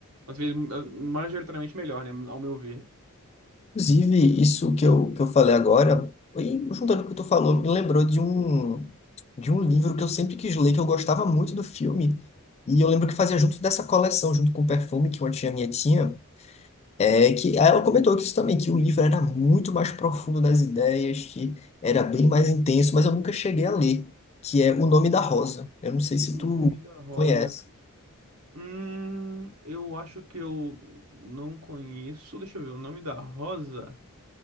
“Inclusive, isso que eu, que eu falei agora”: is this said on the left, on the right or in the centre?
Left